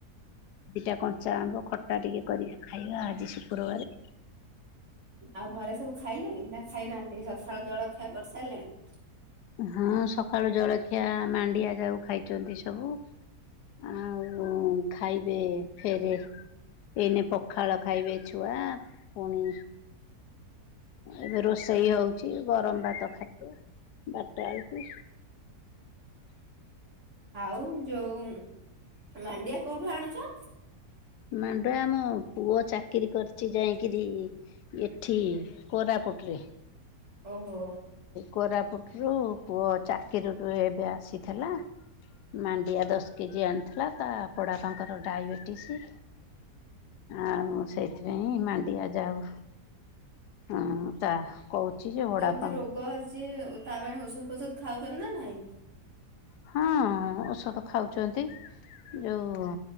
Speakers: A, on the left; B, on the right.
A: ଦିଟା କ ଚା ଆମ୍ବ ଖଟା ଟିକେ କରିକି ଖାଇବା ଆଜି ଶୁକ୍ରବାରେ।
B: ଆଉ ଘରେ ସବୁ ଖାଇଲେଣି ନା ଖାଇନାହାନ୍ତି ସକାଳୁ ଜଳଖିଆ କରିସାରିଲାଣି।
A: ହଁ ସକାଳୁ ଜଳଖିଆ ମାଣ୍ଡିଆ ଯାଉ ଖାଇଛନ୍ତି ସବୁ। ଆଉ ଖାଇବେ ଫେରେ। ଏଇନେ ପଖାଳ ଖାଇବେ ଛୁଆ ପୁଣି। ଏବେ ରୋଷେଇ ହଉଛି ଗରମ ଭାତ ଖାଇବେ। ଟାଇକୁ।
B: ଆଉ ଯୋଉ ମାଣ୍ଡିଆ କୋଉଠୁ ଆଣୁଛ।
A: ମାଣ୍ଡୁଆ ଆମ ପୁଅ ଚାକିରି କରିଚି ଯାଇକିରି ଏଠି କୋରା। ପୁଟ୍ ରେ।
B: ଓହୋ।
A: କୋରାପୁଟରୁୁ ପୁଅ ଚାକିରିରୁୁ ଏବେ ଆସିଥିଲା। ମାଣ୍ଡିଆ ଦଶ କେଜି ଆଣିଥିଲା ତା ବଡ଼ ବାପା ଙ୍କର ଡାଇବେଟିସି। ଆଉ ସେଇଥିପାଇଁ ମାଣ୍ଡିଆ ଯାଉ ହ ତା। କହୁଛି ଯେ ବଡ଼ ।
B: ଏମିତ୍ ରୋଗ ଅଛି ତା ପାଇଁ ଔଷଧ ଫୋଷଧ ଖାଉଛନ୍ତି ନା ନାହିଁ।
A: ହଁ ଔଷଧ ଖାଉଛନ୍ତି ଯୋଉ